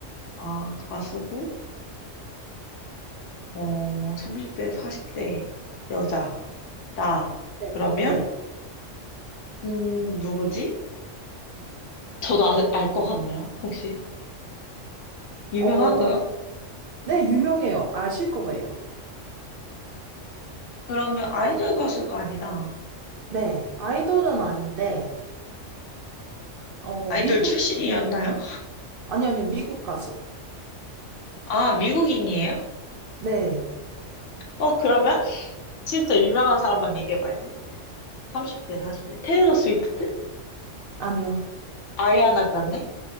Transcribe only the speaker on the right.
네.
네.
어, 네, 유명해요. 아실 거예요.
네. 아이돌은 아닌데, 어,
미국,
아니요, 아니요, 미국 가수.
네.
아니요.